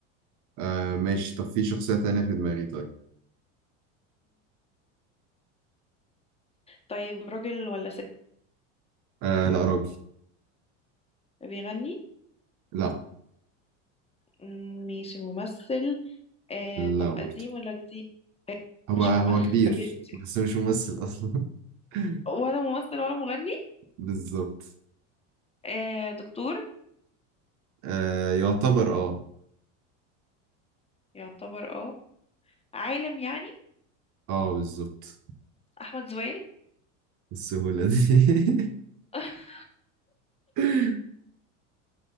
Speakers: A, on the right; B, on the left.
A: آه ماشي طب في شخصية تانية في دماغي طيب
B: طيب راجل ولا ست
A: آه لا راجل
B: بيغني
A: لا
B: مم، ماشي ممثل آه
A: لا
B: طب قديم
A: برضه
B: ولا جديد
A: هو
B: مش
A: هو
B: ممثل
A: كبير
B: <laughs>
A: بس مش ممثل أصلا <laughs>
B: ولا ممثل ولا مغني
A: بالظبط
B: آه دكتور
A: آه يعتبر اه
B: يعتبر اه عالم يعني
A: اه بالظبط
B: احمد زويل
A: السهولة دي
B: <laughs>
A: <laughs>